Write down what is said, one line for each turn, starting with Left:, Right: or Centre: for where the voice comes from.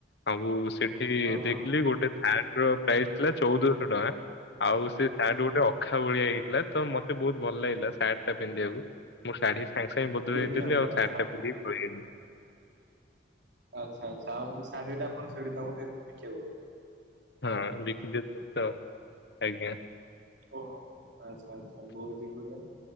Left: ସବୁ ସେଠି
Right: ହଁ ହଁ
Left: ଦେଖିଲି ଗୋଟେ ସାର୍ଟ ର ପ୍ରାଇସ ଥିଲା ଚଉଦଶହ ଟଙ୍କା। ଆଉ ସେ ସାର୍ଟ ଗୋଟେ ଅଖା ଭଳିଆ ହେଇଥିଲା ତ ମତେ ବହୁତ ଭଲ ଲାଗିଲା ସାର୍ଟ ଟା ପିନ୍ଧିବାକୁ। ମୁଁ ଶାଢ଼ୀ ସାଙ୍ଗେ ସାଙ୍ଗେ ବଦଳେଇଦେଲି
Right: ପିନ୍ଧିବାକୁ
Left: ଆଉ
Right: ଆଚ୍ଛା
Left: ଶାଢୀ ଟା ପିନ୍ଧି ପଳେଇ ଆଇଲି।
Right: ଆଚ୍ଛା ଆଚ୍ଛା ଆଉ ସେ ଶାଢୀଟା ଆପଣ ସେଠି ତାଙ୍କୁକୁ ଦେଖିବାକୁ
Left: ହଁ ବିକିଦଥିଲ ତ ଆଜ୍ଞା।
Right: ଓହୋ ଆଛା ଆଛା ବହୁତ ହିଁ ବଢିଆ।